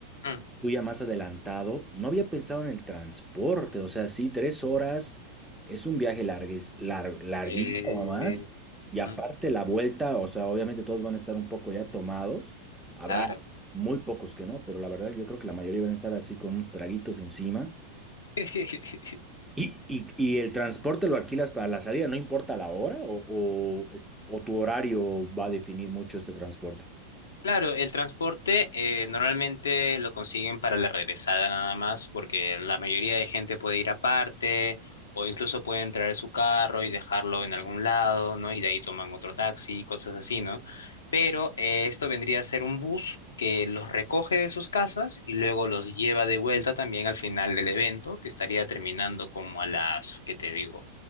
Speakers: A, on the left; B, in the centre.
A: Mm,
B: tú ya más adelantado. No había pensado en el transporte, o sea, sí, tres horas es un viaje larguis, lar- larguísimo
A: Sí,
B: más, y aparte
A: mm,
B: la vuelta, o sea, obviamente todos van a estar un poco ya tomados, habrá
A: claro.
B: muy pocos que no, pero la verdad yo creo que la mayoría van a estar así con unos traguitos encima.
A: <laughs>
B: ¿Y, y, y el transporte lo alquilas para la salida? ¿No importa la hora o, o, es- o tu horario va a definir mucho este transporte?
A: Claro, el transporte eh, normalmente lo consiguen para la regresada nada más, porque la mayoría de gente puede ir aparte o incluso pueden traer su carro y dejarlo en algún lado, ¿no? Y de ahí toman otro taxi, cosas así, ¿no? Pero eh, esto vendría a ser un bus que los recoge de sus casas y luego los lleva de vuelta también al final del evento, que estaría terminando como a las, ¿qué te digo?